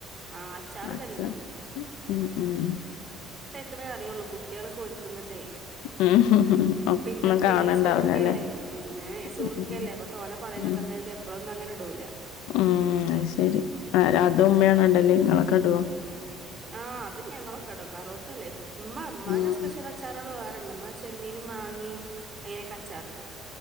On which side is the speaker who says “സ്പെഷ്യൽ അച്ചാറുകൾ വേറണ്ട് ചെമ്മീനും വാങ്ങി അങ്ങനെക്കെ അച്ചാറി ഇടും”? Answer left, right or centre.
Right